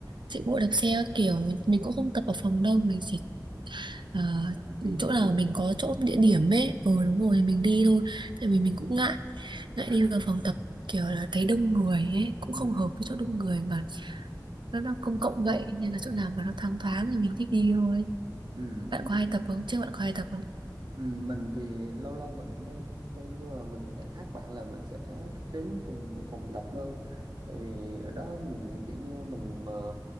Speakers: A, on the right; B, on the right.
A: chạy bộ đạp xe các kiểu mình cũng không tập ở phòng đâu mình chỉ Ờ,
B: à, đi ngoài
A: chỗ nào
B: trời
A: mình có chỗ địa điểm ấy ờ đúng rồi mình đi thôi tại vì mình cũng ngại ngại
B: <laughs>
A: đi vào phòng tập kiểu là thấy đông người ấy cũng
B: Ừ.
A: không hợp với chỗ đông người mà nó nó công cộng vậy nên là chỗ nào mà nó thoáng thoáng thì mình thích đi thôi
B: Ừ.
A: bạn có hay tập không trước bạn có hay tập không
B: Ừ, mình thì lâu lâu mình cũng đi Thế nhưng mà mình lại khác bạn là mình sẽ thích đến phòng phòng tập hơn tại vì ở đó mình kiểu như mình mà